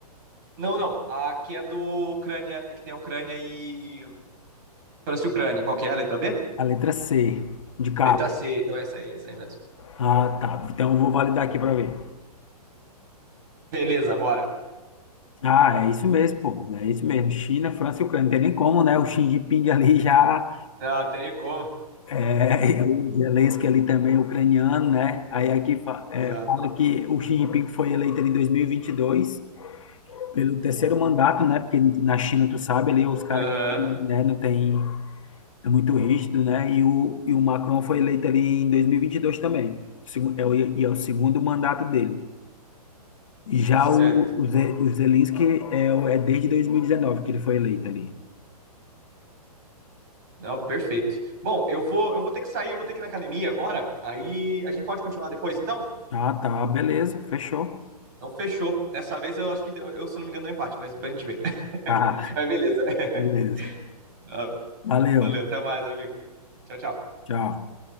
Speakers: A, on the right; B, on the left.
A: não, não, a que é do Ucrânia, que tem a Ucrânia e França e Ucrânia. Qual que é a letra B?
B: A letra C, de capa.
A: Letra C, então é essa aí, essa aí mesmo.
B: Ah, tá. Então eu vou validar aqui para ver.
A: Beleza, bora.
B: Ah, é isso mesmo, pô. É isso mesmo. China, França e Ucrânia. Não tem nem como, né? O Xi Jinping ali já
A: Ah, tem nem como.
B: É, o Zelensky ali também é ucraniano, né? Aí aqui fa- é,
A: Exato.
B: fala que o Xi Jinping foi eleito ali em 2022 pelo terceiro mandato, né? Porque na China, tu sabe, ali os caras,
A: Aham.
B: né, não tem, é muito rígido, né? E o, e o Macron foi eleito ali em 2022 também. Segu- É o, e é o segundo mandato dele. E Já
A: Esperto.
B: o, o, Ze- o Zelensky é, o- é desde 2019 que ele foi eleito ali.
A: Não, perfeito. Bom, eu vou, eu vou ter que sair, eu vou ter que ir na academia agora. Aí a gente pode continuar depois, então?
B: Ah, tá, beleza, fechou.
A: Então fechou. Dessa vez eu acho que deu, eu, se não me engano, deu empate, mas depois a gente vê.
B: Tá,
A: <laughs> Mas beleza. <laughs>
B: beleza.
A: Ah,
B: Valeu,
A: Valeu, até mais, amigo. Tchau, tchau.
B: tchau.